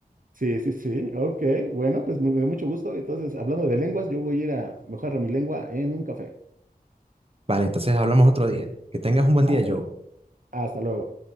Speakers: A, on the right; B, on the right.
A: sí, sí, sí. Ok, bueno, pues me me da mucho gusto. Entonces, hablando de lenguas, yo voy a ir a mejorar mi lengua en un café.
B: Vale, entonces hablamos otro día. Que tengas un buen
A: Hasta,
B: día, Joe.
A: lu- hasta luego.